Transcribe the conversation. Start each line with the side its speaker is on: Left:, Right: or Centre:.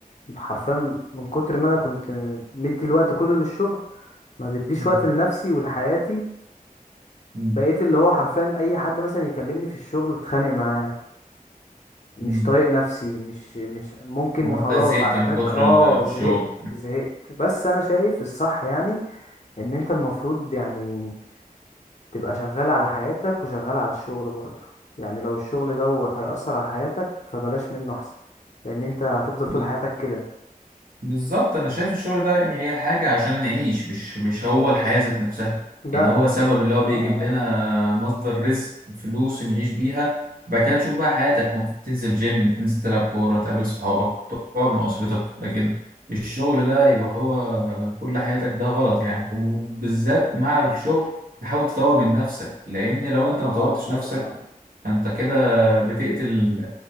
Left: حرفيا من كتر ما انا كنت مدي الوقت كله للشغل ما بديش
Right: مم.
Left: وقت لنفسي ولحياتي
Right: مم.
Left: بقيت اللي هو حرفيا اي حد مثلا يكلمني في الشغل اتخانق معاه مش
Right: مم.
Left: طايق نفسي مش مش ممكن
Right: هو
Left: خلاص
Right: أنت زهقت
Left: على
Right: من
Left: تك
Right: كتر
Left: اه
Right: الشغل
Left: زهقت زهقت بس انا شايف الصح يعني ان انت المفروض يعني تبقى شغال على حياتك وشغال على الشغل برضه يعني لو الشغل دوت هيأثر على حياتك فبلاش منه احسن لان انت هتفضل
Right: مم.
Left: طول حياتك كده
Right: بالظبط انا شايف الشغل ده يعني هي حاجة عشان نعيش مش مش هو الحياة ذات نفسها
Left: لا
Right: يعني هو
Left: ده
Right: سبب اللي هو بيجيب
Left: اه اه
Right: لنا مصدر رزق فلوس نعيش بيها وبعد كده تشوف بقى حياتك المفروض تنزل جيم تنزل تلعب كورة تقابل صحابك تقعد مع أسرتك لكن الشغل ده يبقى هو كل حياتك ده غلط يعني وبالذات مع الشغل تحاول تطور من نفسك لأن لو
Left: آه
Right: أنت
Left: طبعا
Right: مطورتش
Left: اه
Right: نفسك
Left: طبعا
Right: فأنت كده بتقتل